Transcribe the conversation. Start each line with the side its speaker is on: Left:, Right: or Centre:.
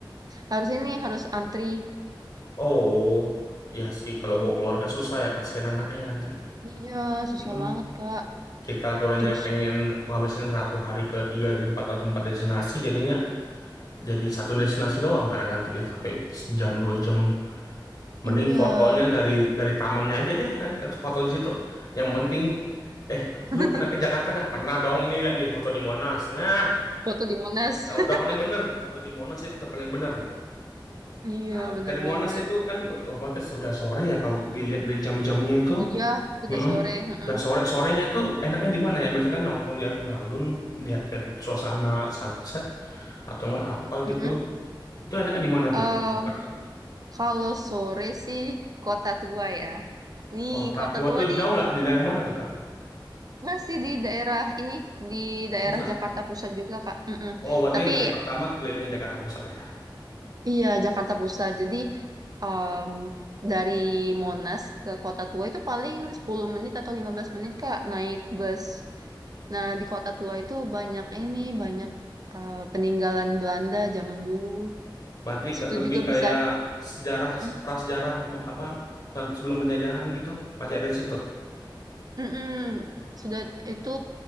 Right: harus ini, harus antri.
Left: Oh, iya sih kalau bawa keluarga susah ya kasihan anaknya ngantri.
Right: Iya, susah
Left: Mm-mm.
Right: banget, Kak.
Left: Kita aturannya
Right: Terus,
Left: pengen ngabisin satu hari ke tiga empat atau empat destinasi jadinya jadi satu destinasi doang kadang ngantrinya sampai sejam dua jam. Mending
Right: iya,
Left: fotonya dari dari tamannya aja deh, nanti kan foto di situ. Yang penting, eh,
Right: <laughs>
Left: lu pernah ke Jakarta nggak? Pernah dong, ini lihat nih foto di Monas. Nah,
Right: foto di Monas.
Left: itu. udah,
Right: <laughs>
Left: udah paling bener itu foto di Monas itu udah paling bener itu.
Right: Iya,
Left: Habis
Right: bener
Left: dari Monas
Right: banget.
Left: itu kan otomatis udah sore ya kalau dilihat dari jam-jamnya itu.
Right: Iya, sudah
Left: Heeh.
Right: sore. heeh.
Left: Udah sore, sorenya itu enaknya di mana ya? Biasanya kan nongkrong di alun-alun, lihat lihat suasana sunset atau nggak apa
Right: Heeh.
Left: gitu. Itu enaknya di mana tuh
Right: Em,
Left: kalau di Jakarta?
Right: kalau sore sih kota tua ya. Nih,
Left: Kota
Right: kota
Left: tua
Right: tua
Left: tuh
Right: nih
Left: jauh nggak? Di daerah mana tuh, Kak?
Right: masih di daerah ini, di daerah
Left: Pusat.
Right: Jakarta Pusat juga, Kak. Mm-mm.
Left: Oh, berarti
Right: Tapi
Left: hari pertama keliling Jakarta Pusat lah ya.
Right: Iya, Jakarta Pusat. Jadi em, dari Monas ke Kota Tua itu paling 10 menit atau 15 menit Kak naik bus. Nah, di Kota Tua itu banyak ini, banyak eh, peninggalan Belanda zaman dulu.
Left: Berarti
Right: Di Situ
Left: ke- lebih
Right: juga bisa
Left: kayak sejarah,
Right: mm,
Left: prasejarah me- apa tan- sebelum penjajahan gitu. Masih ada di situ.
Right: mm-mm. sudah itu